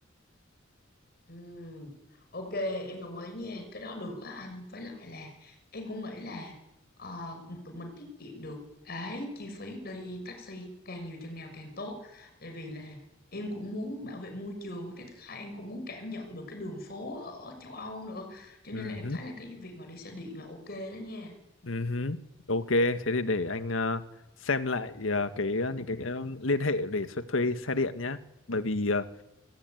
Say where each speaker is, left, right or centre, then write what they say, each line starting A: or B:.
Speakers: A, on the left; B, on the left.
A: Ừm, ok em đồng ý nha cái đó được á anh với lại là em cũng nghĩ là ờ, tụi mình tiết kiệm được cái chi phí đi taxi càng nhiều chừng nào càng tốt tại vì là em cũng muốn bảo vệ môi trường với cái thứ hai em cũng muốn cảm nhận được cái đường phố ở châu Âu nữa cho nên
B: ừ
A: là em thấy là cái việc mà đi xe điện là ok đó nha
B: Ừ hứ, Ok, thế thì để anh ờ, xem lại ờ, cái ờ, những cái, cái ờ, liên hệ để thuê, thuê xe điện nhé. Bởi vì ờ,